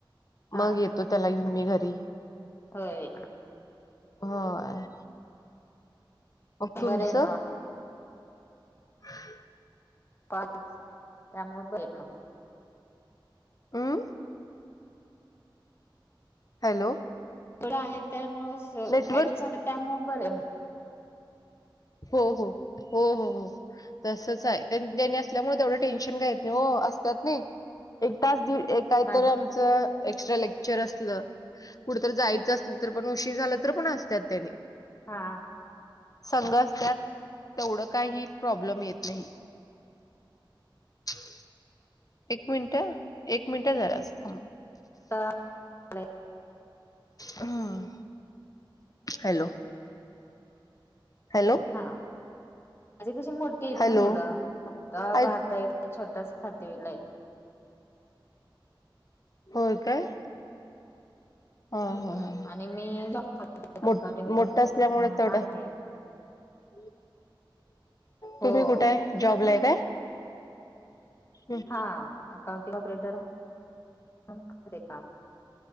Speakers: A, on the left (about 30°); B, on the left (about 45°).
A: हा.
B: मग येतो त्याला घेऊन मी घरी.
A: होय
B: होय मग तुमचं
A: बर हायना.
B: <unintelligible>
A: पाठ त्यामुळे बई मग
B: हम्म हॅलो.
A: तेवढं आहेत त्या मग ऍडजस्ट
B: नेटवर्क
A: होतं त्यामुळं बर.
B: हो हो, हो हो हो. तसंच हाय, तेनी असल्यामुळं तेवढं टेन्शन काही येत नाही हो असतात नाही. एक तास दि एक काहीतरी
A: माझ
B: आमचं एक्स्ट्रा लेक्चर असलं, कुठतर जायचं असलं तर पण उशीर झालं तरीपण असत्यात त्यांनी.
A: हा.
B: संघ
A: हा
B: असत्यात, तेवढं काही प्रॉब्लेम येत नाही. हो <inaudible> एक मिनिट हा, एक मिनिटं जरासं थांबा.
A: <inaudible>
B: हम्म, हॅलो हॅलो.
A: हा म्हणजे कशी मोठी आहेत
B: हॅलो
A: ना मुलं पक्का
B: ऐक
A: बार <unintelligible> छोटा सातवीला हाय.
B: होय काय. ह
A: हम्म
B: ह, ह ह
A: आणि मी जॉब करते अकाउंटिंग
B: मो मोठ असल्यामुळे
A: म्हणून
B: तेवढं.
A: आहे
B: <inaudible>
A: हो
B: तुम्ही कुठे आहे जॉबला
A: त्यात
B: आहे काय हं.
A: हा. अकाउंटिंग ऑपरेटर म्हणून करते काम,